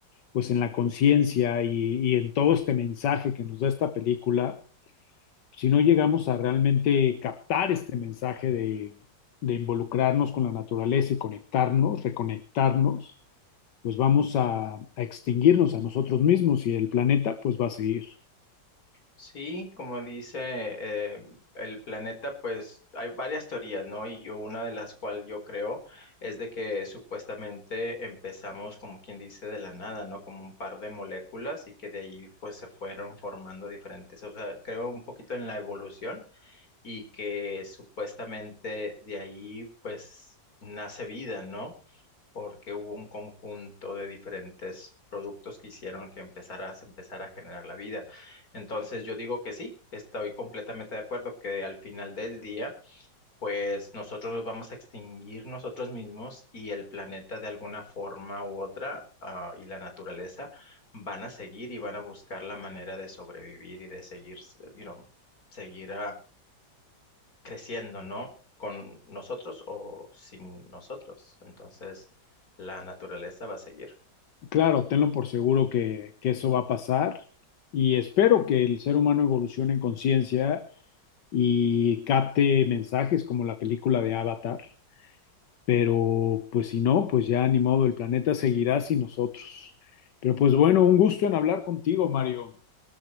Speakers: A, on the left; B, on the left.
A: pues en la conciencia y, y en todo este mensaje que nos da esta película, si no llegamos a realmente captar este mensaje de, de involucrarnos con la naturaleza y conectarnos, reconectarnos, pues vamos a, a extinguirnos a nosotros mismos y el planeta pues va a seguir.
B: Sí, como dice eh, el planeta, pues hay varias teorías, ¿no? Y yo una de las cual yo creo es de que supuestamente empezamos como quien dice de la nada, ¿no? Como un par de moléculas y que de ahí pues se fueron formando diferentes, o sea, creo un poquito en la evolución y que supuestamente de ahí pues nace vida, ¿no? porque hubo un conjunto de diferentes productos que hicieron que empezara, se empezara a generar la vida. Entonces yo digo que sí, estoy completamente de acuerdo que al final del día, pues nosotros nos vamos a extinguir nosotros mismos y el planeta de alguna forma u otra, ah, y la naturaleza van a seguir y van a buscar la manera de sobrevivir y de seguir, you know, seguir, creciendo, ¿no? Con nosotros o sin nosotros. Entonces, la naturaleza va a seguir.
A: Claro, tenlo por seguro que, que eso va a pasar y espero que el ser humano evolucione en conciencia y capte mensajes como la película de Avatar, pero pues si no, pues ya ni modo, el planeta seguirá sin nosotros. Pero pues bueno, un gusto en hablar contigo, Mario.